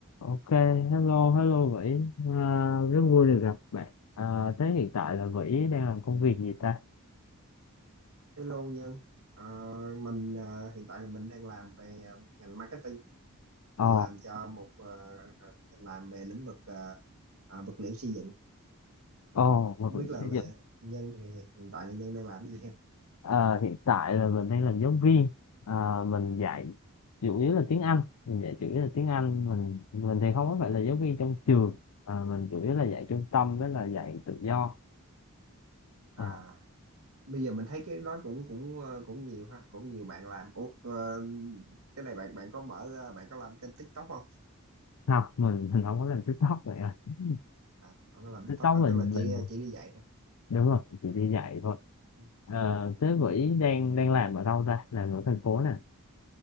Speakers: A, on the left; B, on the right.
A: Ok, hello, hello Vĩ. À, rất vui được gặp bạn. À, thế hiện tại là Vĩ đang làm công việc gì ta?
B: Hello Nhân, Ờ, mình ờ, hiện tại là mình đang làm về ờ, ngành marketing,
A: Ồ,
B: mình làm cho một ờ, ờ, mình làm về lĩnh vực ờ, ờ, vật liệu xây dựng.
A: ồ, vật
B: Không
A: liệu
B: biết là,
A: xây
B: là
A: dựng.
B: Nhân thì hiện tại là Nhân đang làm cái gì ha?
A: À, hiện tại là mình đang làm giáo viên. À, mình dạy chủ yếu là tiếng Anh. Mình dạy chủ yếu là tiếng Anh. Mình mình thì không có phải là giáo viên trong trường. À, mình chủ yếu là dạy trung tâm với là dạy tự do.
B: À,
A: À,
B: bây giờ mình thấy cái đó cũng cũng ờ, cũng nhiều ha, cũng nhiều bạn làm. Ủa, ờ, cái này bạn bạn có mở ờ, bạn có làm kênh TikTok không?
A: học mình mình không có làm TikTok vậy à. <laughs>
B: À, bạn có làm TikTok
A: TikTok
B: không?
A: mình
B: Tức là
A: mình
B: chỉ chỉ đi dạy thôi.
A: đúng rồi chỉ đi dạy thôi
B: Ừ.
A: Ờ, thế
B: Ừ.
A: Vĩ đang đang làm ở đâu ta làm ở thành phố nè